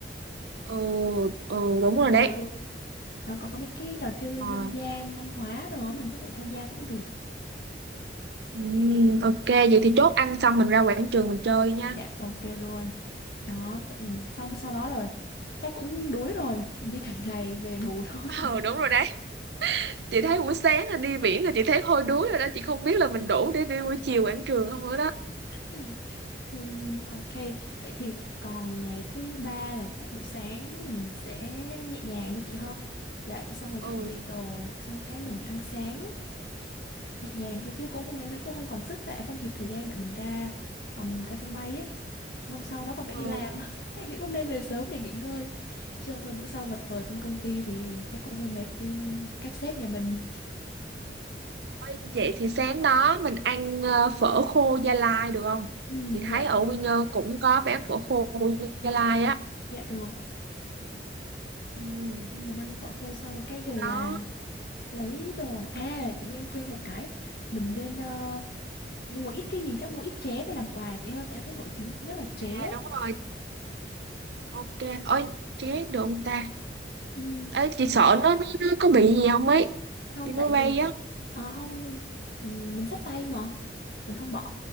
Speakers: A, on the right (about 75°); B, on the left (about 60°).
A: Ừ, ừ đúng rồi
B: tha hồ
A: đấy.
B: luôn nó có có mấy cái trò chơi
A: Rồi.
B: dân gian văn hóa đồ á, mình có thể tham gia cũng được
A: Ừ, ok, vậy thì chốt ăn xong mình ra quảng trường mình chơi nha.
B: Dạ ok luôn. Đó vậy xong sau đó rồi chắc cũng đuối rồi, đi cả <laughs> ngày về ngủ thôi.
A: Ừ, đúng rồi đấy. chị thấy buổi sáng là đi biển là chị thấy hôi đuối rồi đó chị không biết là mình đủ để đi buổi chiều quảng trường không nữa đó
B: <laughs> Ừm, ok. Vậy thì còn ngày thứ ba là chắc buổi sáng mình sẽ nhẹ nhàng thôi chị ha. Dậy xong rồi chuẩn
A: ừ
B: bị đồ xong cái mình ăn sáng nhẹ nhàng thôi chứ cũng không em nghĩ cũng không còn sức vậy không kịp thời gian để mình ra ừm, ra sân bay ấy. Thế hôm sau đó còn phải
A: ừ
B: đi làm. <laughs> Em nghĩ cũng nên về sớm để nghỉ ngơi. Chứ không thôi bữa sau vật vờ trên công ty thì chắc cũng hơi mệt với các sếp nhà mình.
A: Ôi, vậy thì sáng đó mình ăn ờ, phở khô Gia Lai được không
B: Ừm,
A: chị thấy
B: dạ
A: ở Quy Nhơn cũng có bán phở khô Gia Lai á
B: dạ được
A: ừ
B: mình ăn phở khô xong rồi cái
A: sau
B: về là
A: đó
B: lấy đồ à tự nhiên em quên một cái mình nên ờ, mua một ít cái gì chắc mua ít tré về làm quà chị hơn tại em thấy nổi tiếng nhất là tré
A: à đúng rồi ok ôi chết được không ta
B: Ừm,
A: ấy chị sợ nó nó nó có bị gì không ấy
B: không
A: đi máy
B: tại
A: bay
B: vì
A: á
B: ờ, không ừm, mình xách tay mà mình không bỏ